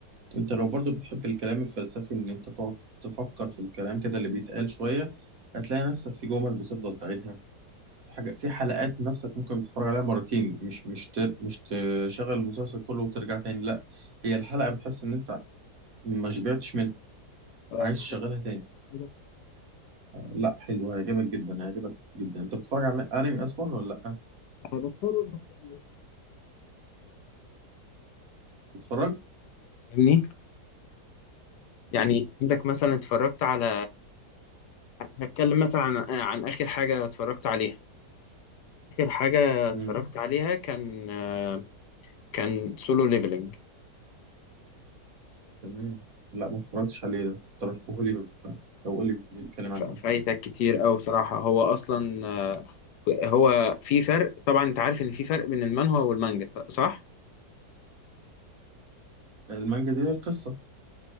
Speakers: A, on the right; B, on the left.
A: انت لو برضو بتحب الكلام الفلسفي ان انت تقعد تفكر في الكلام كده اللي بيتقال شوية هتلاقي نفسك في جمل بتفضل تعيدها في حاجة في حلقات نفسك ممكن تتفرج عليها مرتين مش مش تر مش تشغل المسلسل كله وترجع تاني لا هي الحلقة بتحس ان انت ما شبعتش منها
B: اه
A: عايز
B: انا
A: تشغلها
B: عارف
A: تاني
B: ده.
A: لا حلوة هيعجبك جدا هيعجبك جدا انت بتتفرج على انمي اصلا ولا لا
B: انا بضطر انك يعني
A: بتتفرج
B: فاهمني يعني عندك مثلا اتفرجت على هتكلم مثلا عن آه، عن اخر حاجه اتفرجت عليها اخر حاجه اتفرجت
A: امم
B: عليها كان آه، كان سولو ليفلنج
A: تمام لا ما اتفرجتش عليه ده طب احكوه لي بقى او قول لي بيتكلم عن ايه
B: فايتك كتير أوي بصراحه هو اصلا آه، هو في فرق طبعا انت عارف ان في فرق بين المانهوا والمانجا صح
A: المانجا دي هي القصه